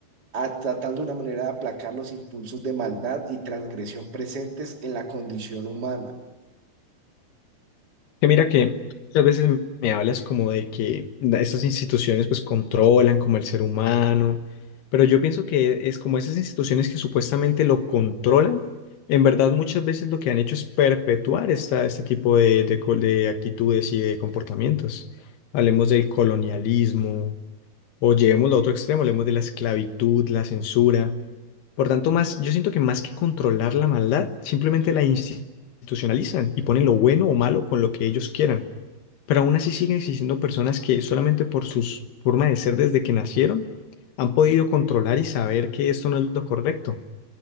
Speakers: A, on the right; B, on the left.
A: a- tratando de una manera de aplacar los impulsos de maldad y transgresión presentes en la condición humana.
B: Que mira que tú muchas veces me hablas como de que estas instituciones pues controlan como el ser humano, pero yo pienso que es como esas instituciones que supuestamente lo controlan, en verdad muchas veces lo que han hecho es perpetuar esta, este tipo de, de co- de actitudes y de comportamientos. Hablemos del colonialismo, o llevemos lo otro extremo, hablemos de la esclavitud, la censura. Por tanto, más, yo siento que más que controlar la maldad, simplemente la institucionalizan y ponen lo bueno o malo con lo que ellos quieran. Pero aún así siguen existiendo personas que solamente por su forma de ser desde que nacieron han podido controlar y saber que esto no es lo correcto.